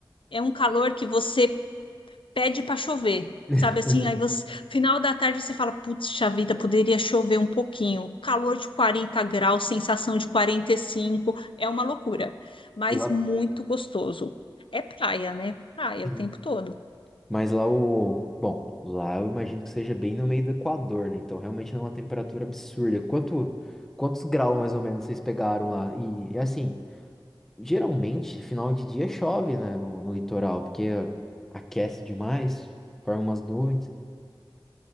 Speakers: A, on the left (about 70°); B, in the centre.
A: é um calor que você pede para chover,
B: <laughs>
A: sabe assim? Aí você, final da tarde você fala, putz, vida, poderia chover um pouquinho. Calor de 40 graus, sensação de 45, é uma loucura, mas
B: E lá-
A: muito gostoso. É praia, né? Praia
B: Sim.
A: o tempo todo.
B: Mas lá o. Bom, lá eu imagino que seja bem no meio do Equador, né? Então realmente não é uma temperatura absurda. Quanto... Quantos graus mais ou menos vocês pegaram lá? E e, assim, geralmente final de dia chove, né? No, no litoral, porque aquece demais, forma umas nuvens.